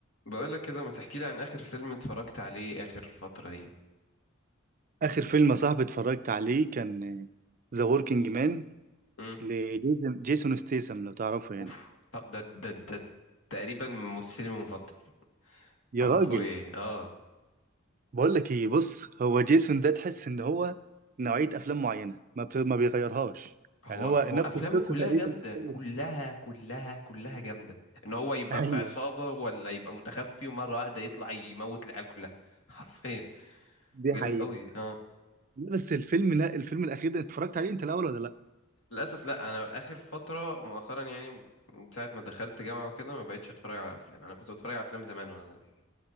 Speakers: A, on the left; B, on the right.
A: بقول لك كده ما تحكي لي عن اخر فيلم اتفرجت عليه اخر فترة دي
B: آخر فيلم يا صاحبي اتفرجت عليه كان ذا وركينج مان
A: امم
B: لجيسون جيسون ستيسم لو تعرفه يعني
A: اوف ط- ده ده ده تقريبا ممثلي المفضل
B: يا
A: تعرفه
B: راجل
A: ايه اه
B: بقول لك ايه بص هو جيسون ده تحس ان هو نوعية افلام معينة ما بت... ما بيغيرهاش
A: هو
B: يعني هو
A: هو
B: نفس
A: افلامه
B: القصة
A: كلها
B: تقريبا
A: جامدة
B: في كل
A: كلها
B: ده
A: كلها كلها جامدة ان هو يبقى
B: <laughs> ايوه
A: في عصابة ولا يبقى متخفي ومرة واحدة يطلع يموت العيال كلها <laughs> حرفيا
B: دي
A: جامد
B: حقيقة
A: قوي اه
B: لا، بس الفيلم لا الفيلم الاخير ده اتفرجت عليه انت الاول ولا لا
A: للاسف لا انا اخر فترة مؤخرا يعني من ساعة ما دخلت جامعة وكده ما بقتش اتفرج على افلام انا كنت بتفرج على افلام زمان وانا صغير.